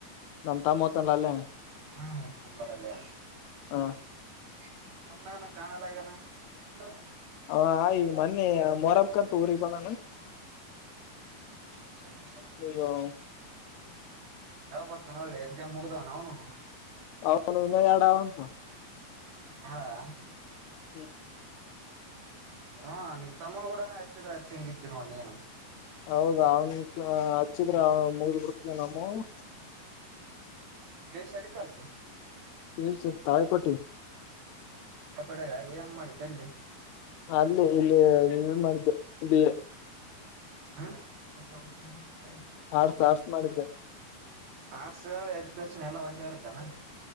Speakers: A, on the left; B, on the right.
A: ನಮ್ ತಮ್ಮ ಹೊತ್ತಾನಲೈ. <inaudible>
B: ಹಾ.. <unintelligible> ನಂಬರಲ್ಲೇ <unintelligible>
A: ಹ
B: ತಮ್ಮೇನ ಕಾಣಲ್ಲಾಗನ., -
A: ಹ, ಈಗ ಮೊನ್ನೆ ಮೊರಮಕಂತು, ಊರಿಗೆ, ಬಂಧನ. <inaudible>
B: ಆಯೋ.. <unintelligible>
A: ಹ <inaudible>
B: ಯಾವ, ಬರುತನಲ್ಲಿ, ಎಕ್ಜಾಮ್, ಮುಗದ ಅವನು. <inaudible>
A: ಅವನು, ಇನ್ನ ಎರಡು, ಆಗನಾ. <unintelligible>
B: ಹೌದ.. <inaudible>
A: ಹ್ಮ್,
B: ಹಾ, ನಿನ್, ತಮ್ಮನು, ಕೂಡಾನ, ಹಚ್ಚಿದ್ರೆ ಹಚ್ಚ ಹಂಗಿತಿ ನೀನು. <unintelligible>
A: ಹೌದ, ಅವನ್, ಹಚ್ಚಿದ್ರೆ, ಅವ, ಮುಗ್ದ್, ಬಿಡುತ್ತೆ, ಅಮ್ಮೋ. <inaudible>
B: ವೇಶಾಲ, ಕಲ್ತೆ. <inaudible>
A: ಹಸ <inaudible> ತಾಯಿ ಕೋಟಿ. <inaudible>
B: ಹ, ಕಡೆ, ಏನ್ ಮಾಡಿದ್ದೆ, ಎಲ್ಲಿ. <inaudible>
A: ಅಲ್ಲಿ, ಇಲ್ಲಿ, ನೀನ್, ಮಾಡಿದ್ದು, ಇಲ್ಲಿ. <inaudible>
B: ಹಾ <inaudible> <unintelligible>
A: ಆಡ್ಸ ಆಡ್ಸ್ ಮಾಡಿದ್ದೆ <inaudible>
B: ಆರ್ಟ್ಸ್ ಎಜುಕೇಶನ್ ಎಲ್ಲ ಒಂದೇ ಇರುತ್ತಾನ